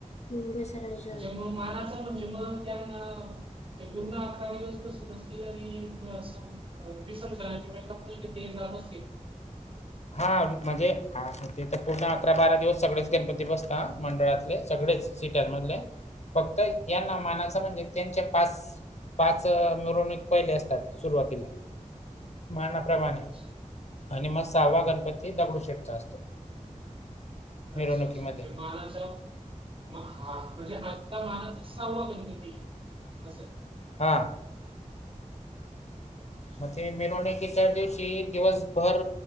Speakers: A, on the left; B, on the right.
A: हम्म बसराज.
B: अच्छा मग मानाचा म्हणजे मग त्यांना. ते पूर्ण अकरा दिवस बसत असतील आणि इथं असं. अं विसर्जनाच्या वेळेला पण ते जात असेल.
A: हा म्हणजे हा तिथं पूर्ण अकरा बारा दिवस सगळेच गणपती बसता मंडळातले सगळेच. सिटर मधले फक्त यांना मानाचा म्हणजे. त्यांच्या पाच पाच मिरवणूक पहिले असतात सुरुवातीला. मानाप्रमाणे
B: अच्छा
A: आणि मग सहावा
B: हा हा
A: गणपती. दगडूशेटचा असतो. मिरवणुकीमध्ये
B: अच्छा अच्छा म्हणजे मानाचा. मग हा म्हणजे आता मानाचा सहावा गणपती असंय.
A: हा.
B: अच्छा.
A: मग ते मिरवणुकीच्या दिवशी दिवसभर